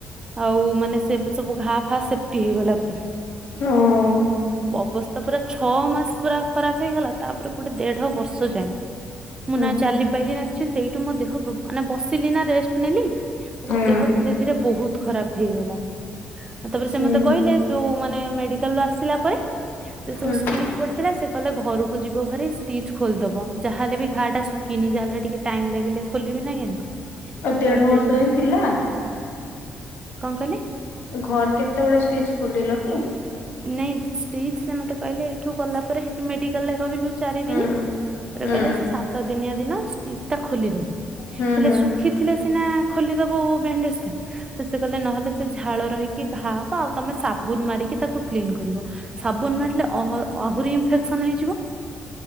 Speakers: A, on the right (about 20°); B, on the left (about 75°).
A: ଆଉ ମାନେ ସେବେ ସବୁ ଘା ଫା ସେଫ୍ଟି ହେଇଗଲା ପୁରା।
B: ଓହୋ
A: ଅବସ୍ଥା ପୁରା ଛଅ ମାସ ପୁରା ଖରାପ୍ ହେଇଗଲା। ତାପରେ ଗୋଟେ ଦେଢ ବର୍ଷ ଯାଏଁ ମୁଁ
B: ହୁଁ
A: ନା ଚାଲିପାଇଲି ନା କିଛି, ସେଇଠୁ ମୋ ଦେହ। ମାନେ ବସିଲି ନା ରେଷ୍ଟ ନେଲି ତାପରେ
B: ହୁଁ
A: ଦେହ ଧୀରେ ଧୀରେ ବହୁତ ଖରାପ ହେଇଗଲା। ତାପରେ ସେ
B: ହୁଁ
A: ମତେ କହିଲେ ଯୋଉ ମାନେ ମେଡିକାଲ ରୁ ଆସିଲା ପରେ ସେ ସବୁ
B: ହୁଁ
A: ଷ୍ଟିଜ୍। ପଡିଥିଲା ସେ କଲେ ଘରକୁ ଯିବ ଭାରି ଷ୍ଟିଜ୍ ଖୋଲିଦବ। ଯାହାହେଲେ ବି ଘା ଟା ଶୁଖିନି ଯାହାଲେ ଟିକେ। ଟାଇମ ଲାଗିଲେ ଖୋଲିବି ନା କେମତି?
B: ଆଉ ଦେଢ
A: ତାପରେ
B: ବର୍ଷ ଯାଏ ଥିଲା
A: କଣ କହିଲେ?
B: ଘର କେତେବେଳେ ଷ୍ଟିଜ ଖୋଲିଲ କି?
A: ନାଇଁ ଷ୍ଟିଜ୍ ସେ ମତେ କହିଲେ, ଏଇଠୁ ଗଲା ପରେ ସେଠି ମେଡିକାଲ ରେ ରହିଲୁ। ଚାରି
B: ହୁଁ
A: ଦିନି
B: ହୁଁ
A: କହିଲେ ସେ ସାତ ଦିନିଆ ଦିନ ଷ୍ଟିଜ୍ ଟା ଖୋଲିଦବ।
B: ହୁଁ
A: ହେଲେ
B: ହୁଁ
A: ଶୁଖିଥିଲେ ସିନା ଖୋଲିଦବ ବ୍ୟାଣ୍ଡେଜ ଟା ତ ସେ କହିଲେ ନହେଲେ। ସେ ଝାଳ ରହିକି ଘା ହବ ଆଉ ତମେ ସାବୁନ ମାରିକି। ତାକୁ କ୍ଲିନ କରିବ ସାବୁନ ମାରିଥିଲେ ଅହ ଆହୁରି। ଇଫେକ୍ସନ୍ ହେଇଯିବ